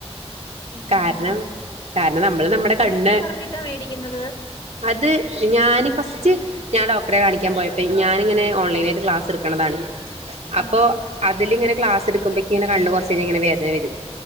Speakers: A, on the left (about 50°); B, on the right (about 80°).
A: ആഹ്
B: കാരണം
A: ആഹ് ആഹ്
B: കാരണം നമ്മള് നമ്മടെ കണ്ണ്
A: അതെന്ത് പറഞ്ഞിട്ടാ മേടിക്കുന്നത്
B: അത് ഞാന് ഫസ്റ്റ് ഞാൻ ഡോക്റെ കാണിക്കാൻ പോയപ്പെ ഞാന്ങ്ങനെ ഓൺലൈനായിട്ട് ക്ലാസ് ട്ക്ക് ണതാണ് അപ്പൊ
A: ആഹ്
B: അതില് ങ്ങനെ ക്ലാസ് ട്ക്കുമ്പ ഇക്ക് ങ്ങനെ കണ്ണ് കൊർച്ച് കഴിഞ്ഞാ ഇങ്ങനെ വേദന വരും.